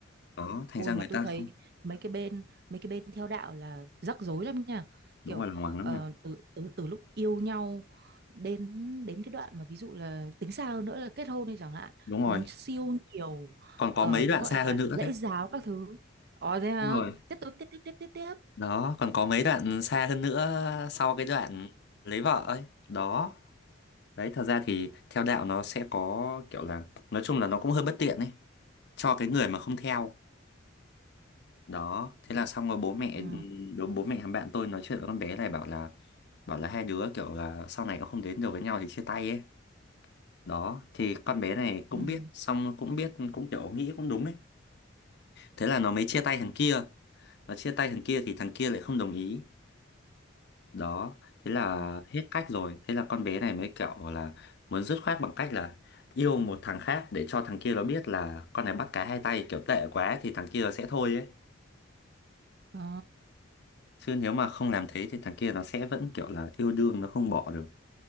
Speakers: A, on the left (about 55°); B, on the right (about 55°).
A: đó thành
B: ui
A: ra người
B: mà tôi
A: ta
B: thấy
A: không
B: mấy cái bên mấy cái bên theo đạo là rắc rối lắm nha.
A: đúng
B: Kiểu
A: rồi là hoàng lắm
B: ờ,
A: nha
B: từ từ từ lúc yêu nhau đến đến cái đoạn mà ví dụ là tính xa hơn nữa là kết hôn đi chẳng hạn,
A: đúng rồi
B: nó siêu nhiều
A: còn
B: ờ,
A: có mấy
B: nó
A: đoạn
B: gọi
A: xa hơn
B: là
A: nữa
B: lễ
A: đấy
B: giáo các thứ. Ờ thế hả?
A: đúng rồi
B: Tiếp tục tiếp tiếp tiếp tiếp tiếp.
A: đó còn có mấy đoạn xa hơn nữa sau cái đoạn lấy vợ ấy đó Đấy, thật ra thì theo đạo nó sẽ có kiểu là nói chung là nó cũng hơi bất tiện ấy cho cái người mà không theo. Đó, thế là xong rồi bố mẹ
B: Ừ.
A: đố bố mẹ thằng bạn tôi nói chuyện với con bé này bảo là bảo là hai đứa kiểu là sau này nó không đến được với nhau thì chia tay ấy. Đó, thì con bé này cũng
B: Ừ.
A: biết, xong cũng biết cũng kiểu nghĩ cũng đúng ấy. Thế là nó mới chia tay thằng kia. Nó chia tay thằng kia thì thằng kia lại không đồng ý. đó thế là
B: Ờ.
A: hết cách rồi thế là con bé này mới kiểu là muốn dứt khoát bằng cách là yêu một thằng khác để cho thằng kia nó biết là con này bắt cá hai tay kiểu tệ quá thì thằng kia nó sẽ thôi ấy
B: Ờ.
A: chứ nếu mà không làm thế thì thằng kia nó sẽ vẫn kiểu là yêu đương nó không bỏ được